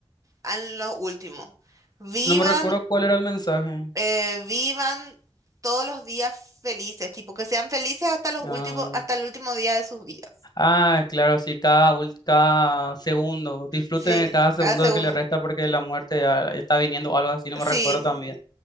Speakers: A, on the right; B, on the left.
A: en lo último, vivan
B: No me recuerdo cuál era el mensaje.
A: eh, vivan todos los días felices, tipo que sean felices hasta los
B: Ah,
A: últimos, hasta el último día de sus vidas.
B: ah, claro, sí, cada, ul- cada segundo. Disfruten
A: Sí,
B: de cada segundo
A: cada segundo.
B: de que le resta porque la muerte ya está viniendo o algo así, no me
A: Sí,
B: recuerdo también.